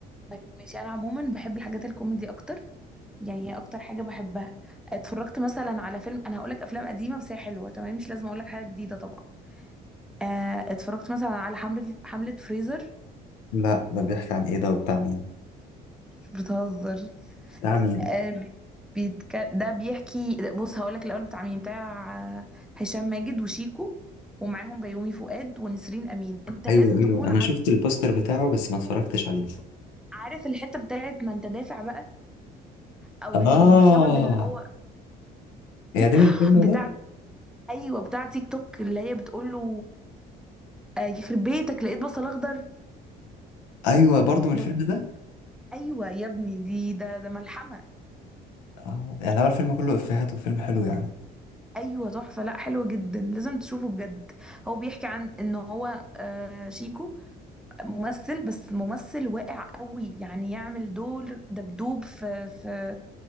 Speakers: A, in the centre; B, on the left.
A: طيب ماشي انا عموما بحب الحاجات الكوميدي اكتر يعني هي اكتر حاجة بحبها اتفرجت مثلا على فيلم انا هقولك افلام قديمة بس هي حلوة تمام مش لازم اقولك حاجة جديدة طبعا آه، اتفرجت مثلا على حملة حملة فريزر
B: لا ده بيحكي عن ايه ده وبتاع مين
A: بتهزر
B: بتاع مين
A: آه، بي- بيتك... ده بيحكي بص هقولك الاول بتاع مين بتاع آه، هشام ماجد وشيكو ومعاهم بيومي فؤاد ونسرين امين انت
B: ايوه
A: لازم
B: ايوه
A: تكون
B: انا شفت
A: عارف
B: البوستر بتاعه بس ما اتفرجتش عليه
A: عارف الحتة بتاعت ما انت دافع بقى او
B: اه
A: الساوند اللي هو
B: يا ده من
A: <laughs>
B: الفيلم
A: بتاعت
B: ده
A: ايوه بتاع تيك توك اللي هي بتقول له آه، يخرب بيتك لقيت بصل اخضر
B: ايوه برضه من
A: ده
B: الفيلم ده
A: ايوه يا ابني دي ده ده ملحمه
B: اه يعني هو الفيلم كله افيهات وفيلم حلو يعني
A: ايوه تحفه لا حلوه جدا لازم تشوفه بجد هو بيحكي عن ان هو آه، شيكو ممثل بس ممثل واقع قوي يعني يعمل دور دبدوب في في